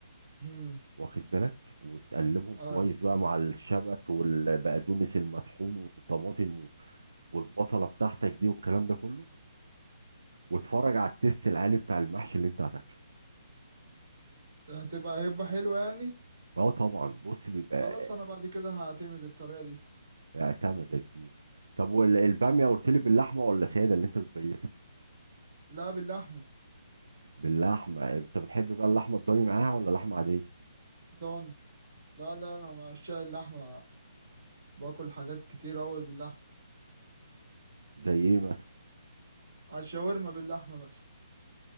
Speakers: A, on the right; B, on the right.
A: مم.
B: واخد بالك وتقلبهم
A: اه
B: كويس بقى مع الشبت والبقدونس المطحون والطماطم والبصله بتاعتك دي والكلام ده كله واتفرج على التيست العالي بتاع المحشي اللي انت هتاكله
A: هتبقى هيبقى حلو يعني
B: اه طبعا بص بيبقى
A: خلاص انا بعد كده هعتمد الطريقة دي
B: اعتمد ده كبير طب والباميه قلت لي باللحمه ولا ساده اللي انت بتبيتها
A: لا باللحمة
B: باللحمه انت بتحب بقى اللحمه الضاني معاها ولا لحمه عاديه
A: ضاني لا لا انا مع عشاق اللحمة باكل حاجات كتير قوي باللحمة
B: زي ايه مثلا
A: على الشاورما باللحمة مثلا